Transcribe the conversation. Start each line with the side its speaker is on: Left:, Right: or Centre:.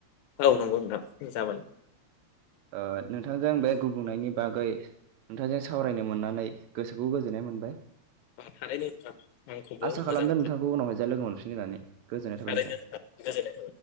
Left: औ नंगौ नोंथां जाबाय
Right: ओ नोंथांजों बे गुबुंनायनि बागै नोंथांजों सावरायनो मोननानै गोसोखौ गोजोननाय मोनबाय।
Left: थारैनो नोंथां आंखौबो
Right: आसा
Left: मोजां
Right: खालामदों
Left: मोनदों
Right: नोंथांखौ उनावहाय जा लोगो मोनफिनगोन होननानै गोजोननाय थाबाय
Left: थारैनो
Right: नोंथां। <inaudible>
Left: गोजोननाय थाबाय